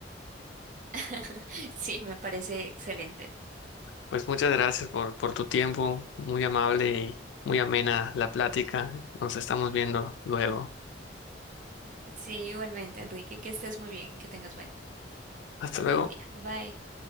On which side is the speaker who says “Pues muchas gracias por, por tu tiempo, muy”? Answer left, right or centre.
Left